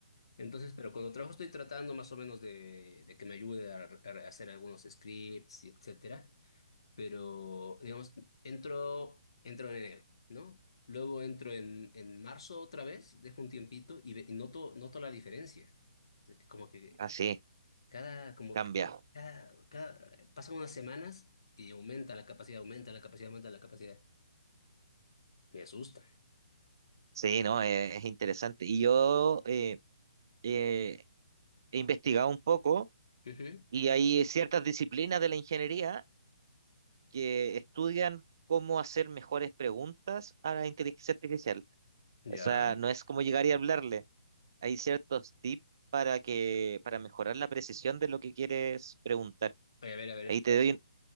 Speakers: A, on the left; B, on the right.
A: Entonces, pero cuando trabajo estoy tratando más o menos de, de que me ayude a, a hacer algunos scripts, y etcétera. Pero, digamos, entro, entro en enero, ¿no? Luego entro en, en marzo otra vez, dejo un tiempito y, ve- y noto, noto la diferencia. O sea, que Como que
B: Ah, sí,
A: cada, como
B: cambia.
A: que cada, cada, pasan unas semanas y aumenta la capacidad, aumenta la capacidad, aumenta la capacidad. Me asusta.
B: Sí, no, es, es interesante. Y yo eh, eh, he investigado un poco
A: Ujú,
B: y hay ciertas disciplinas de la ingeniería que estudian cómo hacer mejores preguntas a la inteligencia artificial.
A: Ya.
B: O sea, no es como llegar y hablarle, hay ciertos tips para que, para mejorar la precisión de lo que quieres preguntar.
A: Oye, a ver, a ver.
B: Ahí te
A: eh,
B: doy, un-